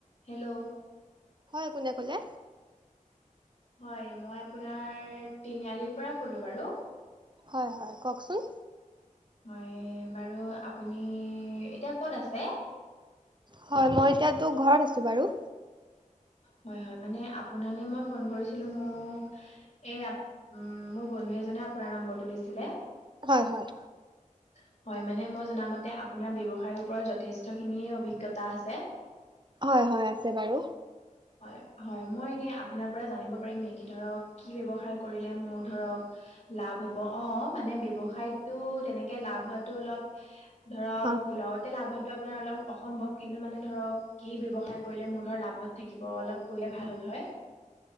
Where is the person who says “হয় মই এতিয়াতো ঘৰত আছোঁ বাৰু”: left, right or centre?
Right